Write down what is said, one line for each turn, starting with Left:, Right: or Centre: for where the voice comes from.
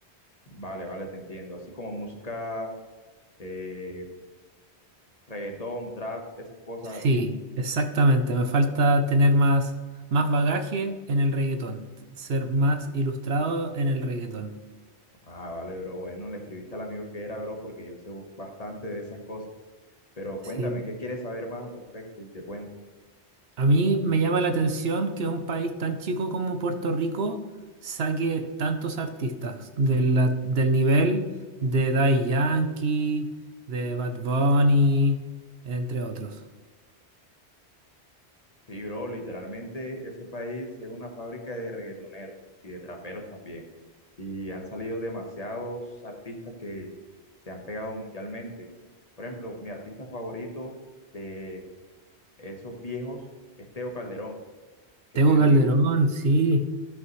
Left: Vale, vale, te entiendo. Así como música, eh, reggaetón, trap, esas cosas
Right: Sí,
Left: así.
Right: exactamente, me falta tener más, más bagaje en el reggaetón, t- ser más ilustrado en el reggaetón.
Left: Ah, vale, bro. Bueno, le escribiste al amigo que era, bro, porque yo sé bu- bastante de esas cosas. Pero
Right: Sí,
Left: cuéntame, ¿qué quieres saber más al respecto? Y te cuento.
Right: a mí me llama la atención que un país tan chico como Puerto Rico saque tantos artistas de la- del nivel de Daddy Yankee, de Bad Bunny, entre otros.
Left: Sí, bro, literalmente ese país es una fábrica de reggaetoneros y de traperos también. Y han salido demasiados artistas que se han pegado mundialmente. Por ejemplo, mi artista favorito de esos viejos es Teo Calderón, que
Right: Tengo
Left: tiene
Right: Calderón,
Left: muy
Right: sí.